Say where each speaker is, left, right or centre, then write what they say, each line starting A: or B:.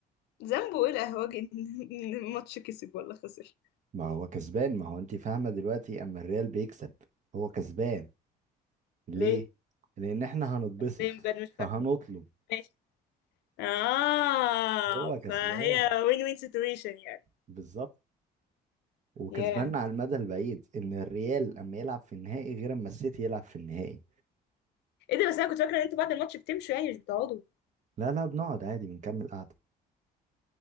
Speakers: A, on the left; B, on the right.
A: ذنبه ايه الاهواج ان إن الماتش كسب ولا خسر
B: ما هو كسبان ما هو انت فاهمه دلوقتي اما الريال بيكسب هو كسبان ليه؟
A: ليه
B: لأن إحنا هنتبسط
A: ليه بجد مش
B: فهنطلب
A: فاهمه ماشي اه
B: هو
A: فهي
B: كسبان
A: وين وين سيتويشن يعني
B: بالظبط وكسبان
A: ياه
B: على المدى البعيد إن الريال أما يلعب في النهائي غير أما السيتي يلعب في النهائي
A: ايه ده بس انا كنت فاكره ان انتوا بعد الماتش بتمشوا يعني مش بتقعدوا
B: لا لا بنقعد عادي بنكمل قعدة